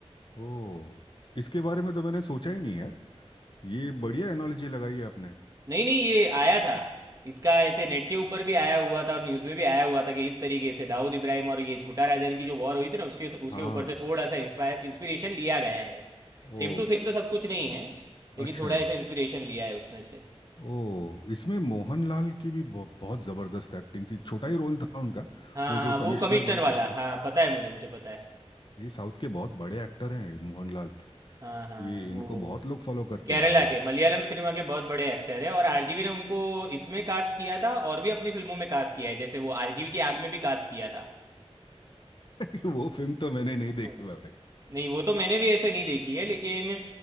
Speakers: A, on the left (about 45°); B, on the right (about 35°).
A: ओ इसके बारे में तो मैंने सोचा ही नहीं यार ये बढ़िया एनालॉजी लगाई है आपने
B: नहीं नहीं ये आया था इसका ऐसे नेट के ऊपर भी आया हुआ था और न्यूज़ में भी आया हुआ था कि इस तरीके से दाऊद इब्राहिम और ये छोटा राजन की जो वॉर हुई थी ना उसके उसके
A: हाँ
B: ऊपर से थोड़ा सा इंस्पायर इंस्पिरेशन लिया गया है
A: ओ
B: सेम टू सेम तो सब कुछ नहीं है लेकिन
A: अच्छा
B: थोड़ा ऐसे इंस्पिरेशन लिया है उसमें से
A: ओ इसमें मोहनलाल की भी बहु- बहुत जबरदस्त एक्टिंग थी छोटा ही रोल था उनका
B: हाँ
A: वो
B: हाँ
A: जो
B: वो
A: कमिश्नर
B: कमिश्नर
A: बन
B: वाला
A: के आते हैं
B: हाँ पता है मुझे मुझे पता है
A: ये साउथ के बहुत बड़े एक्टर हैं मोहनलाल
B: हाँ हाँ
A: ये
B: वो
A: इनको बहुत लोग फॉलो करते
B: केरला
A: हैं और
B: के मलयालम सिनेमा के बहुत बड़े एक्टर है और आरजीवी ने उनको इसमें कास्ट किया था और भी अपनी फिल्मों में कास्ट किया है जैसे वो आरजीवी की आग में भी कास्ट किया
A: <laughs> वो फिल्म तो मैंने नहीं
B: था
A: देखी भाई
B: नहीं वो तो मैंने भी ऐसे नहीं देखी है लेकिन